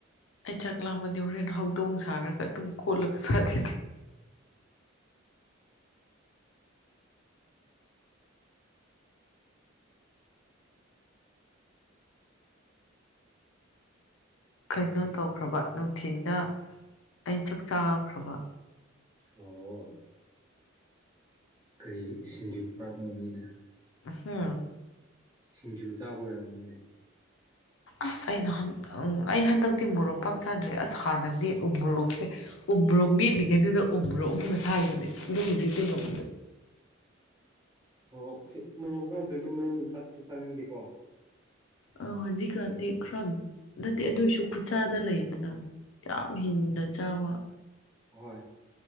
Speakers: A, on the left; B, on the right.
A: ꯑꯩ ꯆꯥꯛ ꯂꯥꯝꯃꯗꯤ ꯍꯣꯔꯦꯟ ꯍꯧꯗꯣꯡ ꯁꯥꯔꯒ ꯑꯗꯨꯝ ꯀꯣꯠꯂꯒ ꯆꯥꯈꯤꯅꯤ ꯀꯩꯅꯣ ꯇꯧꯈ꯭ꯔꯕ ꯅꯨꯡꯊꯤꯟꯗ ꯑꯩ ꯆꯥꯛ ꯆꯥꯈ꯭ꯔꯕ
B: ꯑꯣ ꯀꯔꯤ ꯁꯤꯡꯖꯨ ꯐꯥꯕꯣꯝꯅꯤꯅ
A: ꯑꯁꯦ
B: ꯁꯤꯡꯖꯨ ꯆꯥꯕ ꯑꯣꯏꯔꯝꯃꯣꯏꯅꯦ
A: ꯑꯁ ꯑꯩ ꯅꯍꯥꯟ ꯑꯩ ꯍꯟꯗꯛꯇꯤ ꯃꯣꯔꯣꯛ ꯄꯥꯛ ꯆꯥꯗ꯭ꯔꯦ ꯑꯁ ꯍꯥꯟꯅꯗꯤ ꯎ ꯃꯣꯔꯣꯛꯁꯦ ꯎꯃꯨꯔꯣꯛ ꯃꯦꯠꯂꯤꯉꯩꯗꯨꯗ ꯎꯃꯣꯔꯣꯛ ꯑꯃꯒ ꯁꯥꯥꯏꯕꯅꯦ ꯑꯗꯨ ꯍꯧꯖꯤꯛꯇꯤ ꯉꯝꯗꯦ
B: ꯃꯣꯔꯣꯛꯁꯤ ꯃꯣꯔꯣꯛ ꯌꯥꯎꯗ꯭ꯔꯗꯝ ꯃꯔꯨꯝꯗ ꯆꯥꯛꯁꯨ ꯆꯥꯅꯤꯡꯗꯦꯀꯣ
A: ꯑ ꯍꯧꯖꯤ ꯀꯥꯟꯗꯤ ꯈꯔ ꯅꯠꯇꯦ ꯑꯗꯨ ꯑꯣꯏꯁꯨ ꯈꯨꯠꯆꯥꯥꯗ ꯂꯩꯗꯅ ꯌꯥꯝ ꯍꯤꯡꯅ ꯆꯥꯕ
B: ꯑꯣꯏ